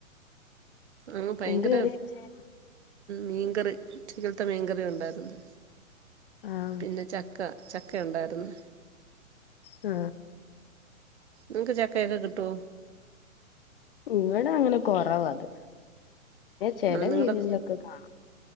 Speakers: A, on the right (about 55°); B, on the left (about 40°).
A: ആ ഭയങ്കര
B: എന്ത് കറി വെച്ചേ
A: മീൻകറി ഉച്ചക്കത്തെ മീൻകറി ഉണ്ടായിരുന്നു
B: ആഹ്
A: പിന്നെ ചക്ക ചക്ക ഉണ്ടായിരുന്നു
B: ആ
A: നിങ്ങക്ക് ചക്കയൊക്കെ കിട്ടോ
B: ഇവിടെ അങ്ങനെ കൊറവ്വാത് ചെല
A: ആ നിങ്ങളുടെ
B: വീടുകളിലൊക്കെ കാണാം